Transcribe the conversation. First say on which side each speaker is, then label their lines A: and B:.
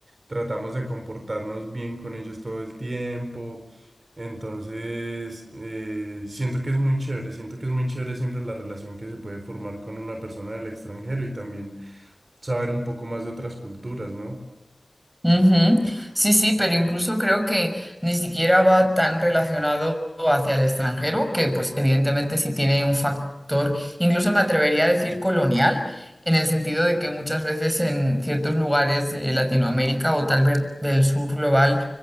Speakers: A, on the right (about 55°); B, on the right (about 15°).
A: tratamos de comportarnos bien con ellos todo el tiempo. Entonces, eh, siento que es muy chévere, siento que es muy chévere siempre la relación que se puede formar con una persona del extranjero y también saber un poco más de otras culturas, ¿no?
B: Ujú. Sí, sí, pero incluso creo que ni siquiera va tan relacionado hacia el extranjero, que pues evidentemente sí tiene un factor, incluso me atrevería a decir colonial, en el sentido de que muchas veces en ciertos lugares de Latinoamérica o tal vez del sur global,